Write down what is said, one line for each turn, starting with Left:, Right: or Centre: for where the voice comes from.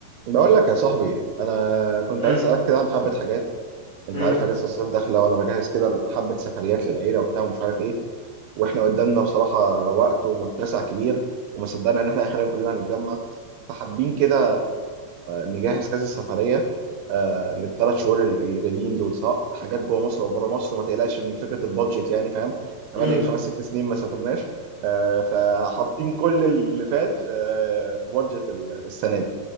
Right: بقول لك يا صاحبي انا كنت
Left: امم
Right: عايز اسالك كده عن حبه حاجات انت
Left: امم
Right: عارف اجازه الصيف داخله وانا بجهز كده حبه سفريات للعيله وبتاع ومش عارف ايه واحنا قدامنا بصراحه وقت ومتسع كبير وما صدقنا ان احنا اخيرا كلنا هنتجمع فحابين كده نجهز كذا سفريه آه، للثلاث شهور اللي اللي جايين دول سواء حاجات جوه مصر او بره مصر وما تقلقش من فكره البادجت يعني فاهم بقالنا
Left: امم
Right: خمس ست سنين ما سافرناش آه، فحاطين كل اللي فات في آه، في بادجت السنه دي